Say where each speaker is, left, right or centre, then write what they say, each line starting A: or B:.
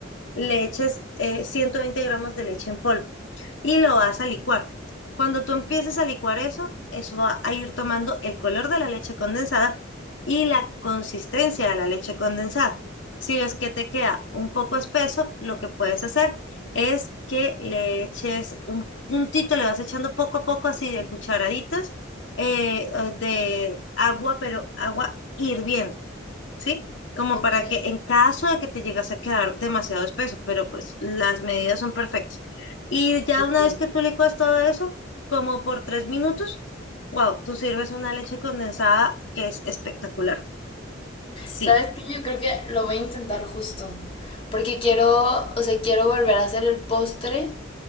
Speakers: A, on the left; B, on the left.
A: le eches eh, 120 gramos de leche en polvo y lo vas a licuar. Cuando tú empieces a licuar eso, eso va a ir tomando el color de la leche condensada y la consistencia de la leche condensada. Si ves que te queda un poco espeso, lo que puedes hacer es que le eches un puntito, le vas echando poco a poco así de cucharaditas eh, eh, de agua, pero agua hirviendo. ¿sí? Como
B: ok,
A: para que en caso de que te llegase a quedar demasiado espeso, pero pues las medidas son perfectas. Y ya
B: ok.
A: una vez que tú licuas todo eso, como por tres minutos, wow, tú sirves una leche condensada que es espectacular. Sí,
B: ¿Sabes qué? Yo creo que lo voy a intentar justo, porque quiero, o sea, quiero volver a hacer el postre,